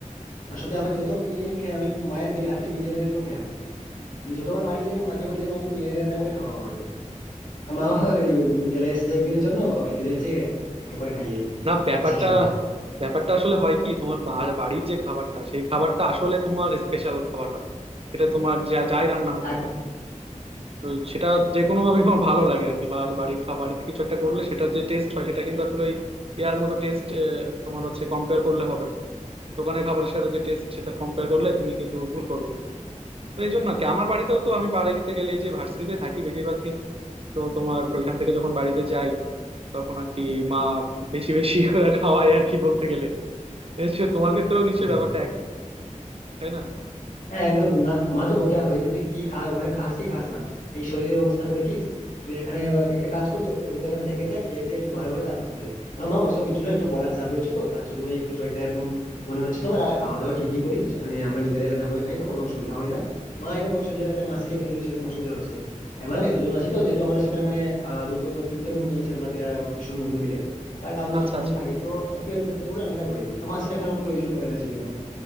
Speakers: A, on the left; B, on the right.
A: আসলে আমি যত বিরিয়ানি ফ্যান আমি মায়ের বি- হাতের বিরিয়ানির উপর ফ্যান আমি যতবার বাড়ি যাই আমি মাকে বলি যে মা তুমি বিরিয়ানি রান্না করে খাওয়াও আমাকে মাও রেডি <laughs> হয়ে যাবে চলে এসছে একদিনের জন্য ও খেতে চাইছে ওকে করে খাইয়ে দিই
B: না ব্যাপারটা
A: বাস এটুকু
B: ব্যাপারটা আসলে হয় কি তোমার বা- বাড়ির যে খাবারটা সেই খাবারটা আসলে তোমার স্পেশাল খাবার হয় সেটা তোমার যা যাই রান্না হোক
A: আর-
B: না কেন তো সেটা যে কোনো ভাবে তোমার ভালো লাগে আর কি বা বাড়ির খাবার থেকে কিছু একটা করলে সেটা যে টেস্ট হয় সেটা কিন্তু আসলে ওই ইয়ার মতো টেস্ট তোমার হচ্ছে কম্পেয়ার করলে হবে না দোকানের খাবারের সাথে যে টেস্ট সেটা কম্পেয়ার করলে তুমি কিন্তু ভুল করবে তো এই জন্য আর কি আমার বাড়িতেও তো আমি বাড়িতে গেলে এই যে ভার্সিটিতে থাকি বেশিরভাগ দিন তো তোমার ওইখান থেকে যখন বাড়িতে যাই তখন আর কি মা বেশি বেশি করে খাওয়ায় আর কি বলতে গেলে নিশ্চয়ই তোমার ক্ষেত্রেও নিশ্চয়ই
A: হুম।
B: ব্যাপারটা একই তাই না
A: হ্যাঁ একদম মা মা তো বকে আমাকে যে তুই কি খা ওখানে খাস কি খাস না এই শরীরের অবস্থা করেছিস তুই এখানে একটা কাজ কর তুই একটু এখানে থেকে যা খেয়ে দিয়ে একটু ভালো হয়ে তারপর যাবি না মা ওসব কিছু না একটু পড়ার চাপ রয়েছে তো তার জন্যই একটু শরীরটা এরকম মনে হচ্ছে তোমার আর খাওয়া দাওয়া ঠিকই করি সেখানে আমরা নিজেরাই রান্না করে খাই তো কোনো অসুবিধা হয় না মা একবার বলছো যে একটা মাসি রেখে দিয়ে সেরকম অসুবিধা হচ্ছে আমি বললাম এতজন আছি তো যেহেতু আমরা সেখানে মানে আহ, দুটো তিনটে রুম নিয়েছি আমরা তে- ভীষণ বন্ধু মিলে প্রায় পাঁচ দশ
B: আচ্ছা
A: জনের
B: আচ্ছা
A: মতো থাকি তো একটু অ্যাডজাস্ট করে রান্নাটা করে দিই তো মাসি রাখার কোনো প্রয়োজন পড়ে না সেই জন্য